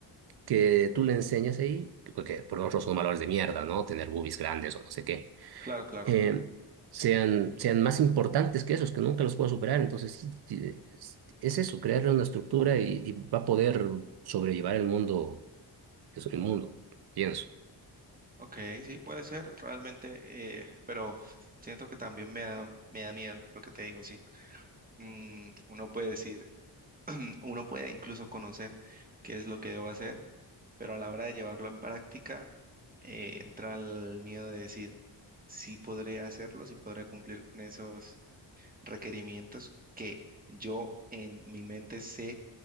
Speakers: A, on the right (about 65°); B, on the right (about 20°).
A: que tú le enseñas ahí, porque por nosotros son valores de mierda, ¿no? Tener boobies grandes o no sé qué,
B: claro, claro.
A: eh, sean, sean más importantes que esos, que nunca los puedo superar. Entonces, sí, ti- es, es eso, crearle una estructura y, y va a poder sobrellevar el mundo, que es el mundo, pienso.
B: Ok, sí, puede ser realmente, eh, pero siento que también me da, me da miedo lo que te digo, sí. Mm, uno puede decir, <clears throat> uno puede incluso conocer qué es lo que debo hacer, pero a la hora de llevarlo en práctica, eh, entra el miedo de decir, sí podré hacerlo, sí podré cumplir con esos requerimientos que yo en mi mente sé